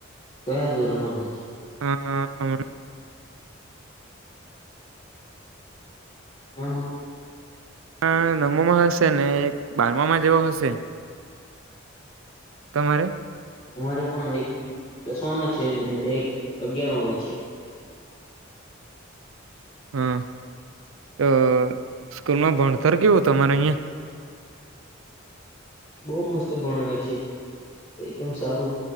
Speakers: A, on the left (about 30°); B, on the right (about 80°).
A: કયા ધોરણમાં ભણે છે.
B: હા અણા.
A: હા હા
B: હા નવમોમાં હશે ને બારમામાં જેવો હશે. તમારે.
A: અમારે પણ એક દસમામાં છે ને એક અગયારમાં છે.
B: હા તો સ્કૂલમાં ભણતર કેવું તમારે અહિયાં.
A: બહુ મસ્ત ભણાવ છે એકદમ સારું.